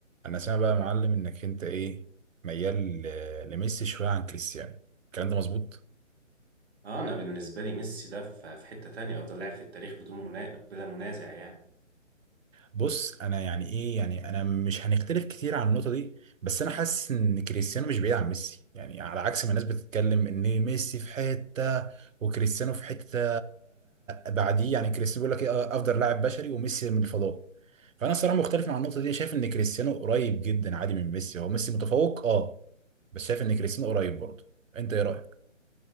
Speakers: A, on the right (about 80°); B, on the right (about 55°).
A: انا سامع بقى يا معلم انك انت ايه ميال ل- لميسي شويه عن كريستيانو الكلام ده مظبوط
B: اه انا بالنسبه لي ميسي ده في في حته تانية افضل لاعب في التاريخ بدون منا... بلا منازع يعني
A: بص انا يعني ايه يعني انا مش هنختلف كتير عن النقطه دي بس انا حاسس ان كريستيانو مش بعيد عن ميسي يعني على عكس ما الناس بتتكلم ان ميسي في حته وكريستيانو في حته بعديه يعني كريستيانو بيقول لك ايه افضل لاعب بشري وميسي من الفضاء فانا الصراحه مختلف مع النقطه دي شايف ان كريستيانو قريب جدا عادي من ميسي هو ميسي متفوق اه بس شايف ان كريستيانو قريب برضه انت ايه رايك